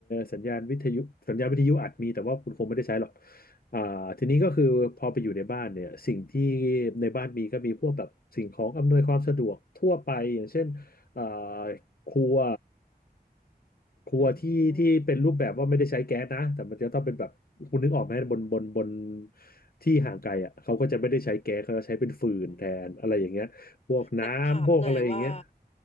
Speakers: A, on the left; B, on the left.
A: สัญญาณวิทยุสัญญาณวิทยุอาจมีแต่ว่าคุณคงไม่ได้ใช้หรอกอ่าทีนี้ก็คือพอไปอยู่ในบ้านเนี่ยสิ่งที่ในบ้านมีก็มีพวกแบบสิ่งของอำนวยความสะดวกทั่วไปอย่างเช่นอ่าครัวครัวที่ที่เป็นรูปแบบว่าไม่ได้ใช้แก๊สนะแต่มันจะต้องเป็นแบบคุณนึกออกไหมบนบนบน
B: อืม
A: ที่ห่างไกลอ่ะเขาก็จะไม่ได้ใช้แก๊สเขาจะใช้เป็นฟืนแทนอะไรอย่างเงี้ยพวกน้ำพวกอะไรอย่างเงี้ย
B: อืม แต่ถามหน่อยว่า